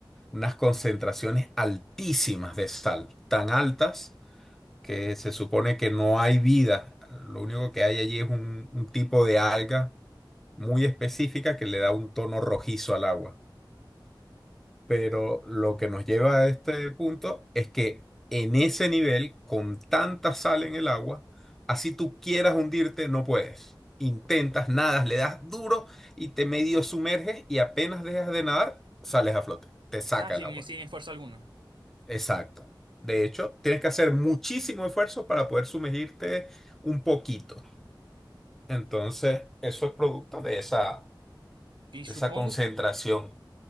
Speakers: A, in the centre; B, on the right.
A: unas concentraciones altísimas de sal, tan altas que se supone que no hay vida. Lo único que hay allí es un un tipo de alga muy específica que le da un tono rojizo al agua. Pero lo que nos lleva a este punto es que en ese nivel, con tanta sal en el agua, así tú quieras hundirte, no puedes. Intentas, nadas, le das duro y te medio sumerges y apenas dejas de nadar, sales a flote. Te saca
B: Ah, sí,
A: el
B: en-
A: agua.
B: sí, en fuerza alguna.
A: Exacto. De hecho, tienes que hacer muchísimo esfuerzo para poder sumergirte un poquito. Entonces, eso es producto de esa,
B: Y
A: de
B: supongo
A: esa concentración.